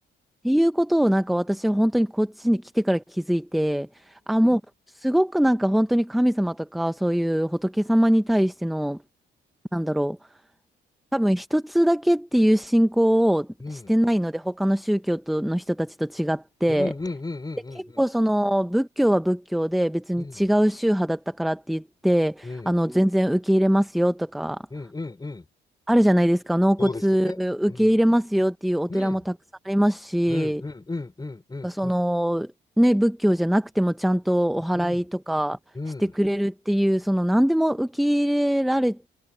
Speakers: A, in the centre; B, on the left.
A: っていうことをなんか私は本当にこっちに来てから気づいてあもうすごくなんか本当に神様とかそういう仏様に対してのなんだろう多分一つだけっていう信仰をしてないので他の宗教との人たちと違って。
B: うん。うん。うん。うん。
A: で、結構その仏教は仏教で別に違う宗派だったからって言って、
B: うん。うん。うん。うん。
A: あの全然受け入れますよとか、
B: うん。うん。うん。うん。
A: あるじゃないですか、納骨受け入れますよっていうお寺もたくさんありますし、
B: そうですね。うん。うん。うん。うん。うん。うん。
A: そのね、
B: うん。
A: 仏教じゃなくてもちゃんとお祓いとかしてくれるっていう、
B: うん。うん。
A: その何でも受け入れられ